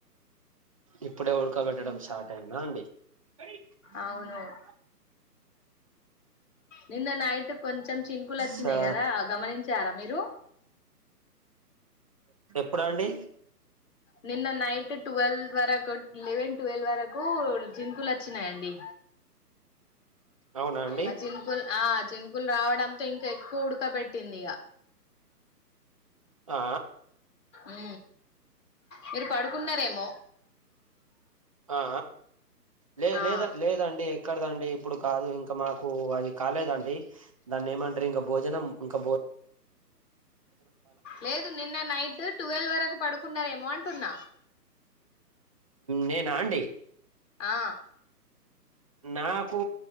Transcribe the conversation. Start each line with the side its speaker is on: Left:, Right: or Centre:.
Right: ఇప్పుడే ఉడకోబెట్టడం స్టార్ట్ అయింద అండి హా
Left: అవును నిన్న నైట్ కొంచెం చినుకులు వచ్చినాయి
Right: సా
Left: కదా గమనించారా మీరు
Right: ఎప్పుడు అండి
Left: నిన్న నైట్ ట్వెల్వ్ వరకు లెవెన్ ట్వెల్వ్ వరకు చినుకులు వచ్చినాయండి
Right: అవునా అండి
Left: ఆ చినుకులు ఆ చినుపులు రావడంతో ఇంకా ఎక్కువ ఉడక పెట్టింది
Right: ఆ
Left: ఉ మీరు పడుకున్నారేమో
Right: ఆ లే
Left: ఆ
Right: లేద లేదండి ఎక్కడదండి ఇప్పుడు కాదు ఇంకా మాకు అది కాలేదండి దాన్ని ఏమంటారు ఇంకా భోజనం ఇంకా భో
Left: లేదు నిన్న నైట్ ట్వల్వ్ వరకు పడుకున్నావేమో అంటున్న
Right: నేనా అండి
Left: ఆ
Right: నాకు